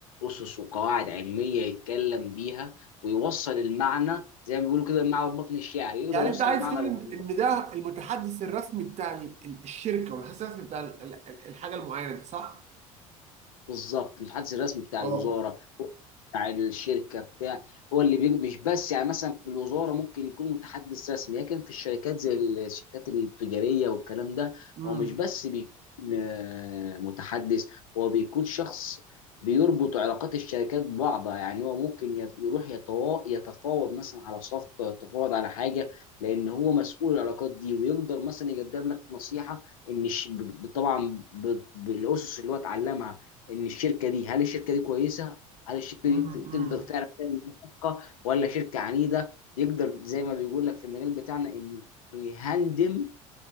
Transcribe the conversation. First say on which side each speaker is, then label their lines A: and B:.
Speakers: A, on the left; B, on the right.
A: أسس وقواعد علمية يتكلم بيها ويوصل المعنى زي ما بيقولوا كده المعنى البطن الشعري يقدر
B: يعني
A: يوصل
B: انت عايز
A: المعنى
B: تقول
A: للموضوع
B: ان إن ده المتحدث الرسمي بتاع ال- ال- الشركه والمتحدث الرسمي بتاع ال- ال- ال- الحاجه المعينه دي صح؟
A: بالظبط المتحدث الرسمي بتاع
B: اه
A: الوزارة بتاع الشركه بتاع هو اللي بي- مش بس يعني مثلا في الوزاره ممكن يكون متحدث رسمي لكن في الشركات زي الشركات التجاريه والكلام ده
B: امم
A: هو مش بس بيكون آه، متحدث هو بيكون شخص بيربط علاقات الشركات ببعضها يعني هو ممكن يت- يروح يتوا- يتفاوض مثلا على صفقه يتفاوض على حاجه لان هو مسؤول العلاقات دي ويقدر مثلا يقدم لك نصيحه ان الش- ب- طبعا ب- بالاسس اللي هو اتعلمها ان الشركه دي هل الشركه دي كويسه هل الشركه
B: امم
A: دي ت- تقدر فعلا تعمل صفقه ولا شركه عنيده يقدر زي ما بيقول لك في المجال بتاعنا انه يهندم